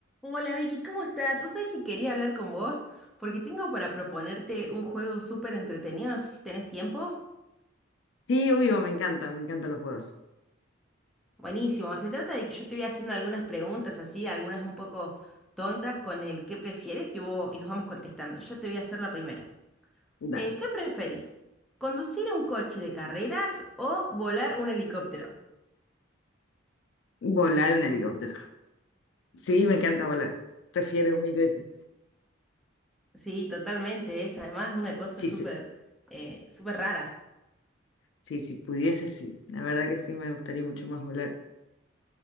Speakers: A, in the centre; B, on the left.
A: Hola Vicky, ¿cómo estás? Vos sabés que quería hablar con vos porque tengo para proponerte un juego súper entretenido, no sé si tenés tiempo.
B: Sí, obvio, me encanta, me encantan los juegos.
A: Buenísimo, se trata de que yo te voy haciendo algunas preguntas así, algunas un poco tontas con el qué prefieres y, vos, y nos vamos contestando. Yo te voy a hacer la primera.
B: Da-
A: Eh, ¿qué preferís? ¿Conducir un coche de carreras o volar un helicóptero?
B: Volar un helicóptero. Sí, me encanta volar. Prefiero mil veces.
A: Sí, totalmente, es además una cosa
B: Sí,
A: súper
B: sí,
A: eh, súper rara.
B: sí, si pudiese, sí. La verdad que sí, me gustaría mucho más volar.